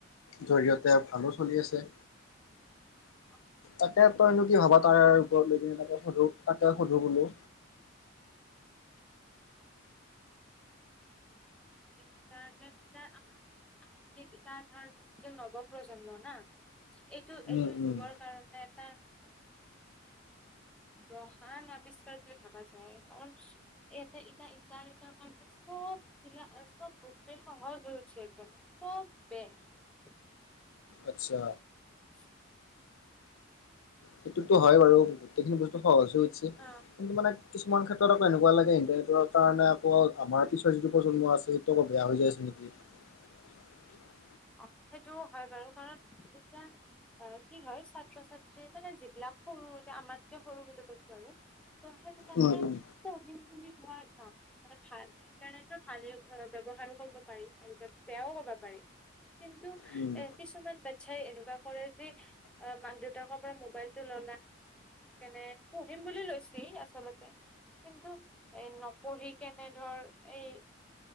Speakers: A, on the left (about 80°); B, in the centre.
A: জৰিয়তে ভালো চলি আছে
B: অ
A: তাকে তই এনো কি ভবা
B: হয়
A: তাৰে
B: বাৰু
A: ওপৰত লৈ কিনে তাকে সজোগ এটা সজোগলো
B: ইণ্টাৰনেট কেইটা আহা নাই। আধুনিক এত ধৰ যে নৱ প্ৰজন্মৰ ন এইটো
A: উম
B: এইটো
A: উম
B: যুগৰ কাৰণে এটা মহান আৱিষ্কাৰ বুলি ভাবা যায় কাৰণ এয়াটা ইদ ইদাৰ ই চব কিয় চব বস্তু সহজ হৈ হৈছে একদমে চব বয়
A: আচ্ছা।
B: <inaudible>
A: সেইটোতো হয় বাৰু গোটেইখিনি বস্তু সহজ হৈ কিন্তু
B: আহ
A: মানে কিছুমান ক্ষেত্ৰ কত আকৌ এনেুৱ লাগে ইণ্টাৰনেটৰ কাৰণে আকৌ আমাৰ পিছৰ যিটো প্ৰজন্ম আছে সেইটো আকৌ বেয়া হৈ যাইছে নেকি উ <unintelligible>
B: অ সেইটোও হয় বাৰু কাৰণ এতিয়া অ কি হয় ছাত্ৰ ছাত্ৰী মানে যিবিলাক সৰুো যে আমাতকে কৰৰুো বুলি কৈছো আৰু ত' সেইবিলাকে
A: উম উম
B: পঢ়িমনি ধোৱাৰ কাম মানে ভাল ইণ্টাৰনেটৰ ভালে ব্যৱহাৰো কৰিব পাৰি আৰু বেয়াও কব পাৰি কিন্তু
A: উম
B: এ কিছুমান ইচ্ছাই এনেকুৱা কৰে যে মাক দেউতাকৰ পৰা মোবাইল টো লল স কেনে পুঢহিম বুলি লৈছি আচলতে কিন্তু এ নপঢ়ি কেনে ধৰ এই